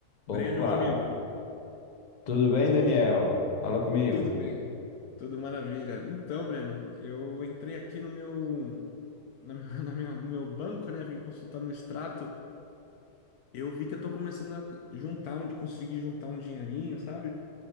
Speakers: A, on the left; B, on the left.
A: Breno,
B: Opa,
A: meu amigo,
B: tudo bem,
A: tô
B: Daniel? Fala comigo.
A: tudo bem, tudo maravilha. Então, Breno, eu entrei aqui no meu, na minha, <laughs> na minha- no meu banco, né? Vim consultar meu extrato. Eu vi que eu tô começando a juntar, onde conseguir juntar um dinheirinho, sabe?